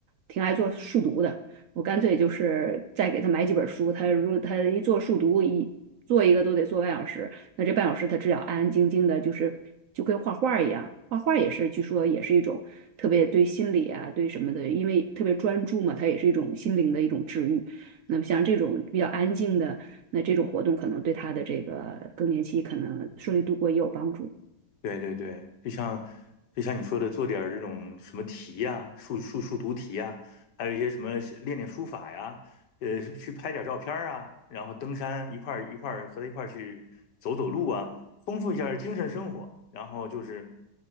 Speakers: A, on the right; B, on the left.
A: 挺爱做数独的，我干脆就是再给他买几本书，他如他一做数独一做一个都得做半小时，那这半小时他只要安安静静的，就是就跟画画一样，画画也是，据说也是一种特别对心理啊，对什么的，因为特别专注嘛，它也是一种心灵的一种治愈。那么像这种比较安静的，那这种活动可能对他的这个更年期可能顺利度过也有帮助。
B: 对对对，就像就像你说的，做点儿这种什么题呀、数数数独题呀、还有一些什么写练练书法呀，呃，去拍点儿照片儿啊，然后登山一块儿一块儿和他一块儿去走走路啊，丰富一下儿精神生活。然后就是